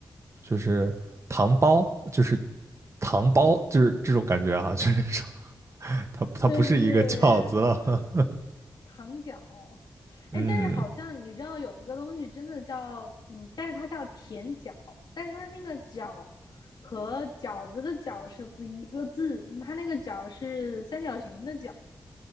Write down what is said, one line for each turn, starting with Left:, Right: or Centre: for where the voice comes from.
Right: 就是糖包，就是糖包，就是这种感觉哈、啊就是说它它不是一个饺子了。
Left: 对对对，
Right: <laughs>
Left: 糖角，
Right: 嗯，
Left: 哎，但是好像你知道有一个东西真的叫，嗯，但是它叫甜角，但是它那个角和饺子的饺是不一个字，它那个角是三角形的角。